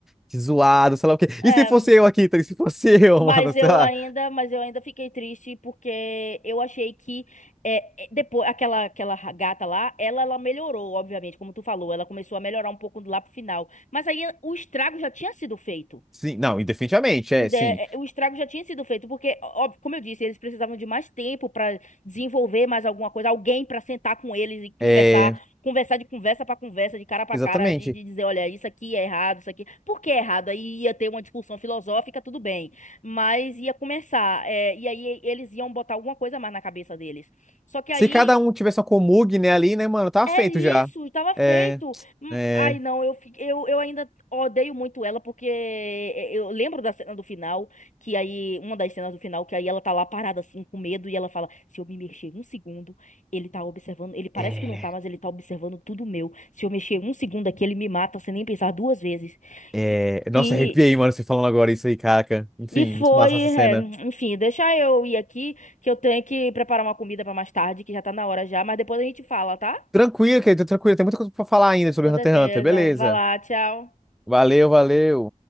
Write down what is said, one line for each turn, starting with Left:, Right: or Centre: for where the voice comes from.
Centre: que zoado, sei lá o quê.
Left: é,
Centre: E se fosse eu aqui, tá? E se fosse eu,
Left: mas
Centre: <laughs> mano,
Left: eu
Centre: sei lá.
Left: ainda, mas eu ainda fiquei triste porque eu achei que é, é, depois aquela aquela ra- gata lá, ela ela melhorou, obviamente, como tu falou, ela começou a melhorar um pouco lá pro final, mas aí o estrago já tinha sido feito.
Centre: Sim, não, e definitivamente,
Left: Ainda
Centre: é, sim.
Left: é- o estrago já tinha sido feito, porque, ó- óbvio, como eu disse, eles precisavam de mais tempo para desenvolver mais alguma coisa, alguém para sentar com eles e conversar,
Centre: É,
Left: conversar de conversa para conversa, de cara para
Centre: exatamente.
Left: cara, de, de dizer, olha, isso aqui é errado, isso aqui, por que é errado? Aí ia ter uma discussão filosófica, tudo bem, mas ia começar, é, e aí eles iam botar alguma coisa mais na cabeça deles. Só que aí
Centre: Se cada um tivesse uma Komug, né, ali, né, mano, tá
Left: é
Centre: feito
Left: isso,
Centre: já.
Left: estava feito.
Centre: É.
Left: Hum,
Centre: É.
Left: Ai, não, eu, fi- eu, eu ainda odeio muito ela, porque é, é, eu lembro da cena do final, que aí, uma das cenas do final, que aí ela tá lá parada assim, com medo, e ela fala: Se eu me mexer um segundo, ele tá observando, ele parece
Centre: É.
Left: que não tá, mas ele tá observando tudo meu. Se eu mexer um segundo aqui, ele me mata sem nem pensar duas vezes.
Centre: É.
Left: E,
Centre: Nossa,
Left: e,
Centre: arrepiei, mano, você falando agora isso aí, caraca. Enfim,
Left: e foi,
Centre: muito massa essa cena.
Left: é, enfim, deixa eu ir aqui, que eu tenho que preparar uma comida pra mais tarde, que já tá na hora já, mas depois a gente fala, tá?
Centre: Tranquilo, querido, tranquilo. Tem muita coisa pra falar ainda sobre
Left: Com
Centre: Hunter
Left: certeza.
Centre: x Hunter. Beleza.
Left: Vai lá, tchau.
Centre: Valeu, valeu.